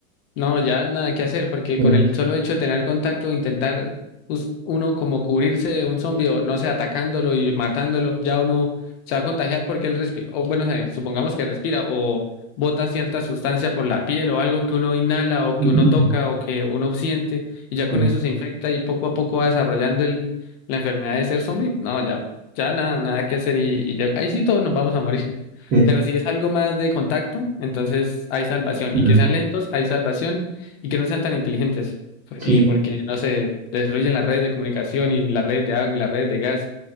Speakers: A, on the left (about 45°); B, on the right (about 20°).
A: no, ya nada que hacer, porque
B: Sí,
A: con el solo hecho de tener contacto, intentar us- uno como cubrirse de un zombie o no sé, atacándolo y matándolo, ya uno se va a contagiar porque él respira, o bueno, eh, supongamos que respira o bota cierta sustancia por la piel o algo que uno inhala o
B: <laughs>
A: que uno toca o que uno siente y ya con
B: sí,
A: eso se infecta y poco a poco va desarrollando el, la enfermedad de ser zombie. No, ya, ya nada, nada que hacer y, y ya, ahí sí todos nos vamos a morir.
B: sí,
A: Pero si es algo más de contacto, entonces hay salvación. Y
B: mm,
A: que sean lentos, hay salvación. Y que no sean tan inteligentes.
B: sí,
A: Y porque, no se destruyen las redes de comunicación y las redes de agua y las redes de gas.